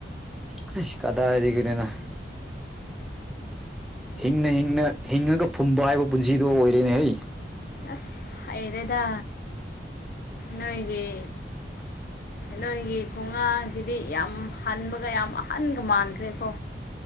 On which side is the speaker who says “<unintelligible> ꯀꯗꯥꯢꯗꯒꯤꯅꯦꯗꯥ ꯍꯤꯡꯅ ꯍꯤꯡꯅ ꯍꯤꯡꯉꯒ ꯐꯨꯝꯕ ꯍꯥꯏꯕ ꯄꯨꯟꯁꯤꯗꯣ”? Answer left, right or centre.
Centre